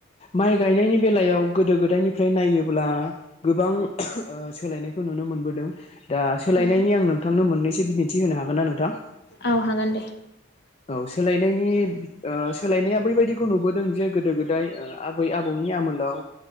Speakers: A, on the left (about 30°); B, on the left (about 50°).
A: माइ गायनायनि बेलायाव गोदो गोदायनिफ्राय नायोब्ला गोबां सोलायनायखौ नुनो नुनो मोनबोदों दा सोलायनायनि
B: उम
A: आं नोंथांनो मोननैसो बिदिन्थि होनो हागोन ना नोंथां
B: औ हागोन दे
A: औ सोलायनायनि सोलायनाया बैबायदिखौ नुबोदों जे गोदो गोदाय आबै आबौनि आमोलाव